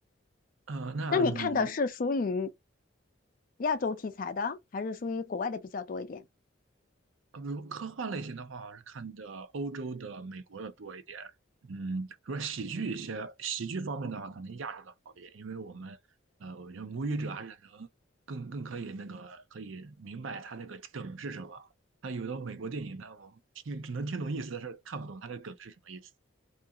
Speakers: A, on the right; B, on the left.
A: 呃，那你
B: 那你看的是属于亚洲题材的，还是属于国外的比较多一点？
A: 呃，比如科幻类型的话，我还是看的欧洲的、美国的多一点。嗯，比如说喜剧一些，喜剧方面的话，可能亚洲的好一点，因为我们，呃，我觉得母语者还是能更更可以那个可以明白他那个梗是什么。他有的美国电影呢，我们听只能听懂意思，但是看不懂他的梗是什么意思。